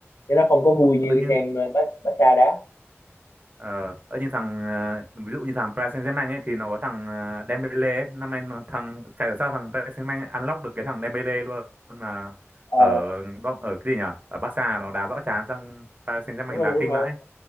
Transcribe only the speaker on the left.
chứ nó không có vui như
cái
xem ờ, Bar- Barca đá
Ờ,
đúng rồi
đúng
rồi